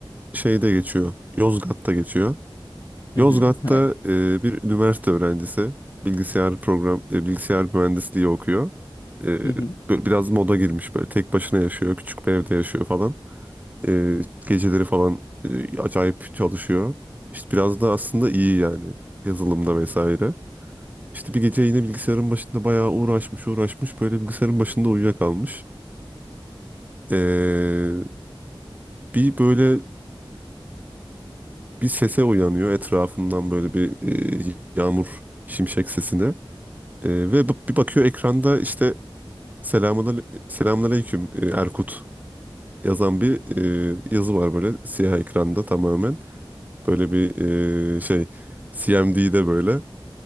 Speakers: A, on the right; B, on the left.
A: şeyde geçiyor. Yozgat'ta geçiyor.
B: Hı
A: Yozgat'ta
B: hı. Hayır.
A: e, bir üniversite öğrencisi bilgisayar program e, bilgisayar mühendisliği okuyor. E,
B: Hı hı.
A: böyle biraz moda girmiş böyle tek başına yaşıyor, küçük bir evde yaşıyor falan. E, geceleri falan e, acayip çalışıyor. İşte biraz da aslında iyi yani yazılımda vesaire. İşte bir gece yine bilgisayarın başında bayağı uğraşmış uğraşmış böyle bilgisayarın başında uyuyakalmış. Ee, bir böyle bir sese uyanıyor etrafından böyle bir e, yağmur şimşek sesine. Ee, ve b- bir bakıyor ekranda işte selamun selamünaleyküm e, Erkut yazan bir e, yazı var böyle siyah ekranda tamamen. Böyle bir e, şey CMD'de böyle.